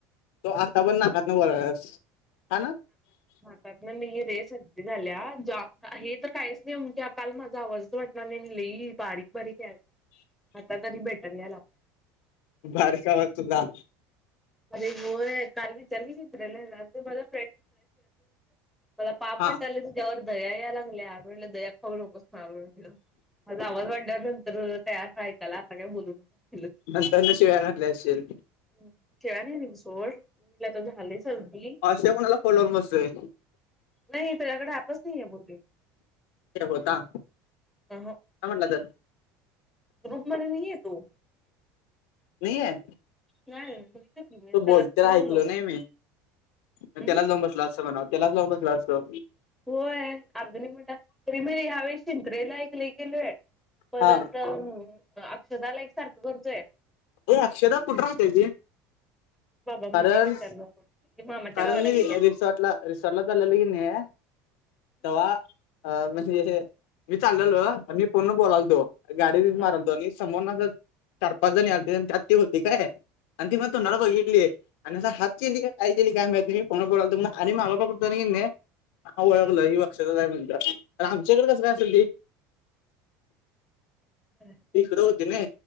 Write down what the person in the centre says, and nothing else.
नाकातन नाही रे सर्दी झाल्या ज्या हे तर काहीच नाही उलट्या काल माझा आवाजच वाटत लइ बारीक, बारीक आहे आता तरी बेटर याला.
अरे होय काल विचारली की चित्र्याला रात्री माझा <unintelligible>
दया या लागली <unintelligible> माझा आवाज वाढल्यानंतर त्याला आता काही बोलू नको
शिव्या नाही दिल्या सोड म्हटलं आता झालीये सर्दी
नाही त्याच्याकडे ॲपच नाहीये बहुतेक
आ ह.
ग्रुपमध्ये नाही येतो.
नाही बघितलं की मी
त्याला किती लावलं
असं
हम्म
होय यावेळेस मोठा यावेळेस शिंक्रीयेला गेलोय. परत
अक्षदाला एक सारखं करतोय.
बाबा
मी नाही विचारलो आता. ती मामाच्या
गावाला
गेल्या
हा
हम्म
भारी